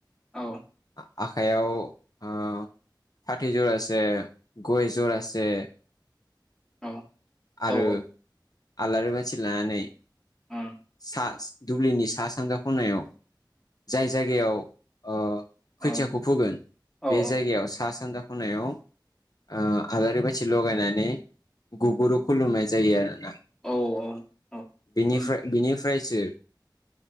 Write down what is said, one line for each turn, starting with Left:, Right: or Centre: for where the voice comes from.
Centre: औ।
Left: आखाइयाव ओ फाथै जरसे गय जरासे
Centre: औ
Left: आरो
Centre: औ
Left: आलारि बाथि लानानै
Centre: उम
Left: सा दुब्लिनि सा सानजा खनायाव जाय जायगायाव ओ
Centre: औ
Left: खोथियाखौ फोगोन
Centre: औ
Left: बे जायगायाव सा सानजा खनायाव ओ आलारि बाथि लगायनानै गुगुरु खुलुमनाय जायो आरोना।
Centre: औ औ
Left: बेनिफ्राय
Centre: उम
Left: बिनि फ्रायसो